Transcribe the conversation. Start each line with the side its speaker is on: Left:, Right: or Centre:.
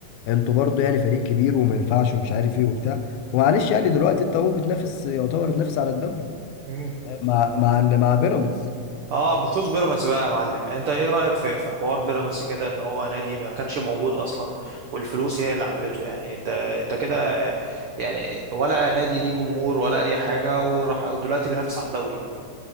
Left: انتوا برضو يعني فريق كبير وما ينفعش ومش عارف ايه وبتاع ومعلش يعني دلوقتي انت هو بتنافس يعتبر بتنافس على الدوري
Right: ليهم
Left: مع مع مع بيراميدز
Right: اه بخصوص بيراميدز بقى يا معلم انت ايه رأيك في في حوار بيراميدز كده ان هو نادي ما كانش موجود اصلا والفلوس هي اللي عملته يعني انت انت كده يعني ولا نادي ليه جمهور ولا اي حاجة وراح ودلوقتي بينافس على الدوري